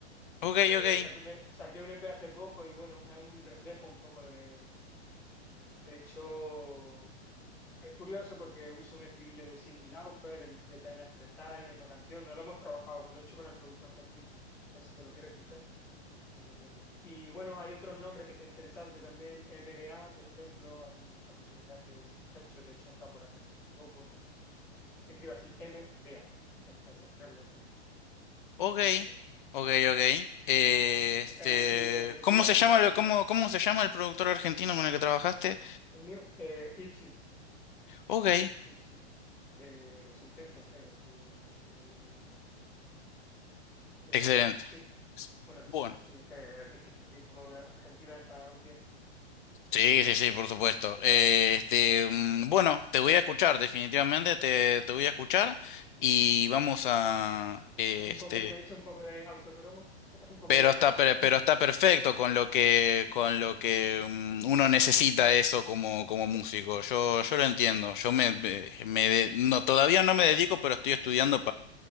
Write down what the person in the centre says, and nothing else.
Eh,
saqué un, E- saqué un EP hace poco y bueno, es un reflejo un poco de... De hecho, es curioso porque uso un estribillo de Cindy Lauper, el de Time After Time, en una canción. No lo hemos trabajado, pero lo he hecho con el producto argentino. Eh, Si te lo quieres escuchar, ahí lo tengo. Y bueno, hay otros nombres que está interesante también. MDA, por ejemplo, a mí me gusta mucho lo que hace ese muchacho. De hecho, ha estado por Argentina hace poco. Se escribe así, MDA. Ya está, esas tres letras, por
ejemplo.
Eh, ti- eh, le
tira
muchos
géneros.
El mío, eh, Y.
Gypsy, de Resistencia, creo, es de, de, de
por ahí. Sí, es que- bueno, resi-
sí, es que es difícil, que como que Argentina es tan amplia. grande.
<laughs> Un
poco, me he hecho un poco de autopromo, <laughs> un poco
de spam.
<laughs>